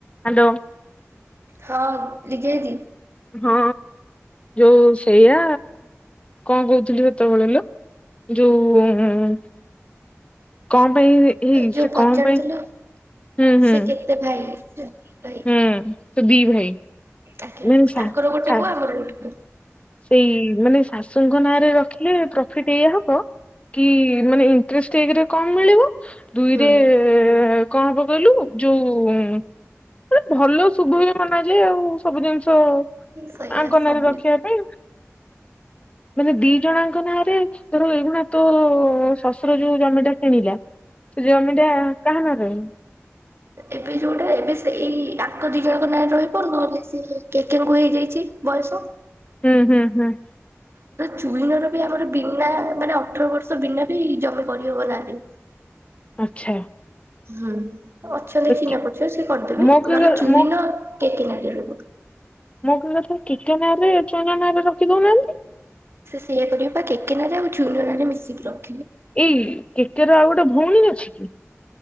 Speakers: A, on the left (about 25°); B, on the right (about 55°).
A: Hello.
B: ହଁ, ଲିଗେଇଚି।
A: ହଁ ଯୋଉ ସେଇଆ କଣ କହୁଥିଲି ସେତେବେଳେ ଲୋ? ଯୋଉ ଉଁ କଣ ପାଇଁ ଏଇ
B: ଯୋଉ
A: ସେ
B: ପଚାରୁଥିଲ
A: କଣ ପାଇଁ ହୁଁ ହୁଁ
B: ସେ କେତେ ଭାଇ? ସେ ଦି ଭାଇ।
A: ହୁଁ ସେ ଦି ଭାଇ।
B: ଆଜ୍ଞା
A: ମାନେ ସା
B: ତାଙ୍କର ଗୋଟେ
A: ସା
B: ପୁଅ ଆମର ଗୋଟେ ପୁଅ।
A: ସେଇ ମାନେ ଶାଶୁଙ୍କ ନାଁରେ ରଖିଲେ ତ ଫିଟ୍ ଏୟା ହବ କି ମାନେ ଇଣ୍ଟ୍ରେଷ୍ଟ ଏକରେ କମ ମିଳିବ ଦୁଇରେ
B: ହୁଁ
A: କଣ ହବ କହିଲୁ, ଯୋଉ ମାନେ ଭଲ ଶୁଭ ବି ମନାଯାଏ ଆଉ। ସବୁଦିନ ସେ ତ
B: ସେଇଆ
A: ଆଙ୍କ
B: ସବୁ
A: ନାଁରେ ରଖିବା ପାଇଁ ମାନେ ଦି ଜଣଆଙ୍କ ନାଁରେ, ଧର ଏଇଗୁଣା ତୋ ଶଶୁ ଶୁର ଯୋଉ ଜମିଟା କିଣିଲା, ସେ ଜମିଟା କାହା ନାଁରେ ରହିବ?
B: ଏବେ ଯୋଉଟା ଏବେ ସେଇ ଆଙ୍କ ଦି ଜଣଙ୍କ ନାଁରେ ରହିବ, ନହେଲେ ସିଏ କେକେଙ୍କୁୁ ହେଇଯାଇଚି ବୟସ।
A: ହୁଁ-ହୁଁ-ହୁଁ।
B: ଚୁଇନର ବି ଆମର ବିନା ମାନେ ଅଠର ବର୍ଷ ବିନା ବି ଜମି କରିହବ ନାଁରେ।
A: ଆଚ୍ଛା।
B: ହୁଁ ଅଛନ୍ତି
A: ତ
B: ଚିହ୍ନା
A: କି
B: ପରିଚୟ ସିଏ କରିଦେବେ,
A: ମୋ କହିବା
B: ନହେଲେ ଚୁଇନ
A: ମୋ
B: କେକେ ନାଁରେ ରହିବ।
A: ମୋ କହିବା କଥା, କେକେ ନାଁରେ ଚୁଇନ ନାଁରେ ରଖି ଦଉନାହାଁନ୍ତି?
B: ସେ ସେଇଆ କରିବ ବା, କେକେ ନାଁରେ ଆଉ ଚୁଇନ ନାଁରେ ମିଶିକି ରଖି
A: ଏଇ, କେକେର ଆଉ ଗୋଟେ ଭଉଣୀ ଅଛି କି?